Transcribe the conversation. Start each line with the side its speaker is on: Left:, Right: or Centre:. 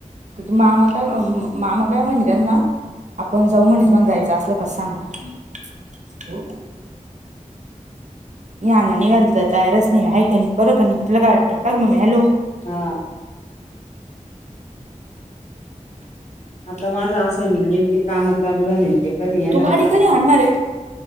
Right: तर ते मामा काय अं, मामा काय म्हणल्याना, आपण जाऊ <unintelligible> जायचं असं यकच सांगा या ना, निघाला तर काय तयारच नाहीये, हाय की नाही? बर का नाही? तुला काय वाटतं? काय गं मम्मी, हॅलो
Left: हा आता माझा असं आहे नेमके काम चालू झाले न ते कधी येणार
Right: <unintelligible> तू गाडी
Left: आहे मला
Right: कधी आणणार आहे?